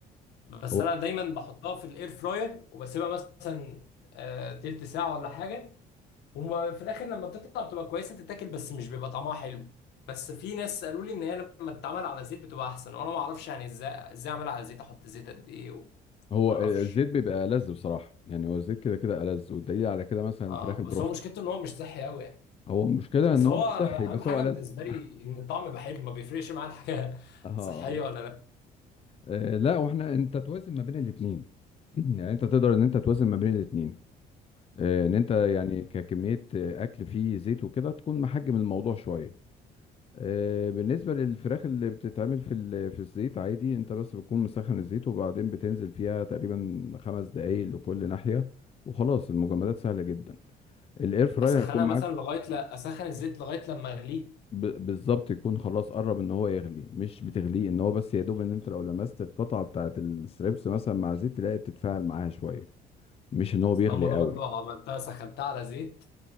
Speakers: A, on the left; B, on the left.
A: بس
B: هو
A: انا دايما بحطها في الاير فراير وبسيبها مثلا آه، تلت ساعه ولا حاجه وفي الاخر لما بتطلع بتبقى كويسه تتاكل بس مش بيبقى طعمها حلو بس في ناس قالوا لي ان هي لما تتعمل على زيت بتبقى احسن وانا ما اعرفش يعني ازاي ازاي اعملها على زيت احط زيت قد ايه وما
B: هو
A: اعرفش
B: الزيت بيبقى ألذ بصراحة يعني هو الزيت كده كده ألذ والدليل على كده مثلا
A: اه
B: الفراخ البروست
A: بس هو مشكلته ان هو مش صحي قوي يعني
B: هو المشكلة
A: بس
B: إن
A: هو
B: هو مش
A: انا
B: صحي بس
A: اهم حاجه
B: هو ألذ
A: بالنسبه لي
B: <laughs>
A: ان الطعم يبقى حلو ما بيفرقش معايا الحاجه <laughs>
B: اه
A: صحيه ولا لا
B: آه، لا واحنا انت توازن ما بين الاثنين <clears throat> يعني انت تقدر ان انت توازن ما بين الاثنين ان انت يعني ككميه آه، اكل فيه زيت وكده تكون محجم الموضوع شويه آه، بالنسبه للفراخ اللي بتتعمل في ال- في الزيت عادي انت بس بتكون مسخن الزيت وبعدين بتنزل فيها تقريبا خمس دقايق لكل ناحيه وخلاص المجمدات سهله جدا الاير فراير
A: اسخنها
B: هيكون
A: مثلا
B: معاك
A: لغايه لا اسخن الزيت لغايه لما اغليه
B: ب... بالظبط يكون خلاص قرب ان هو يغلي مش بتغليه ان هو بس يا دوب ان انت لو لمست القطعه بتاعه الستريبس مثلا مع زيت تلاقي بتتفاعل معاها شويه مش ان هو بيغلي
A: أصل أنا مره
B: قوي
A: برضو عملتها سخنتها على زيت